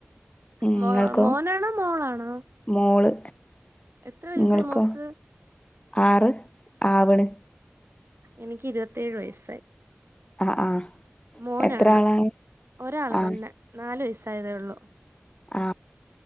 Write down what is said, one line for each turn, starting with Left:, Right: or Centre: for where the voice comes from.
Left: ഉം
Right: മോ
Left: ഇങ്ങൾക്കോ
Right: മോനാണോ മോളാണോ
Left: മോള്
Right: എത്ര വയസായി
Left: ഇങ്ങൾക്കോ
Right: മോക്ക്
Left: ആറ് ആവണ്
Right: എനിക്ക് ഇരുപത്തേഴ് വയസ്സായി
Left: അ ആ
Right: മോനാണ്
Left: എത്ര ആളാണ്
Right: ഒരാളെ
Left: ആ
Right: തന്നെ നാലു വയസ്സായതേ ഉള്ളൂ
Left: ആ